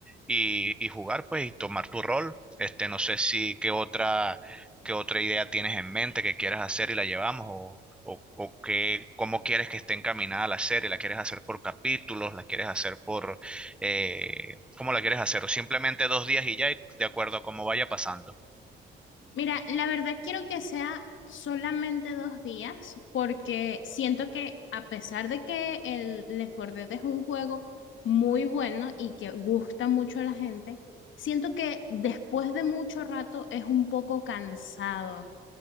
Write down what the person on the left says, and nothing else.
Mira, la verdad quiero que sea solamente dos días porque siento que a pesar de que el Left 4 Dead es un juego muy bueno y que gusta mucho a la gente, siento que después de mucho rato es un poco cansado.